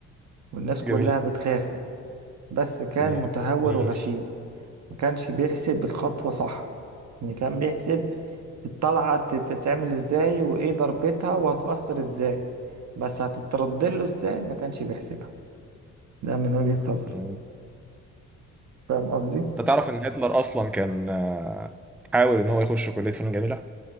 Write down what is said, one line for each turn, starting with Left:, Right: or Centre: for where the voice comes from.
Right: والناس كلها
Centre: جميل
Right: بتخافه بس كان
Centre: جميل
Right: متهور وغشيم ما كانش بيحسب الخطوة صح يعني كان بيحسب الطلعة بتتعمل ازاي وايه ضربتها وهتأثر ازاي بس هتترد له ازاي ما كانش بيحسبها ده من وجهة نظري
Centre: مم.
Right: فاهم قصدي
Centre: انت تعرف ان هتلر اصلا كان آه، حاول ان هو يخش كلية فنون جميلة